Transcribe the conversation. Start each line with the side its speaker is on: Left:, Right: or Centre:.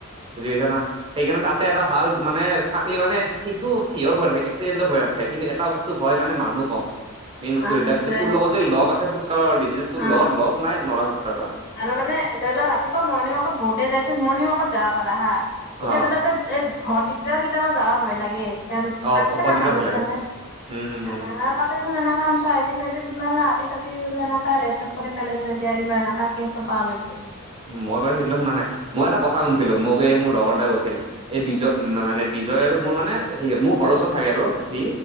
Right: বুজি পাইছা, না? সেইকাৰণে, তাতে, এটা ভাল, মানে, থাকলি, মানে, সেইটো, সেয়াৰ <unintelligible> এক্সিডেণ্টৰ ভ কিন্তু, এটা বস্তু, ভয়, মানে, মানুহ কম, মেইন বস্তু। এতিয়া,
Left: সেইটোয়ে
Right: তোৰ
Left: সেইটোয়ে
Right: লগত, যে লগ আছে, <unintelligible> যদি, তোৰ
Left: অ
Right: লগত, লগ নাই, নৰা, খোজ কাঢ়বা।
Left: আৰু, মানে, ধৰি লওক, ৰাতিপুৱা, মৰ্ণিং ৱাকত, বহুতেই যায়, মৰ্ণিং ৱাকত যাব পাৰা, হাঁ। <unintelligible>
Right: অ
Left: তই ভৰ <unintelligible> কেতিয়াবা যাব ভয় লাগে। <unintelligible>
Right: অ অকদিপৰা ভয় লাগে উম উম উম
Left: তাতেই চোন এনে <unintelligible>
Right: মই, বাৰু, সেইবিলাক শুনা নাই। মই, এটা কথা শুনিছিলোঁ, মোক, এই, মোৰ লগৰ এটায়ে কৈছিল। এই <unintelligible>
Left: উম
Right: বিজয় আৰু মোৰ, মানে, সি মোৰ ঘৰ ওচৰত থাকে। আৰু সি,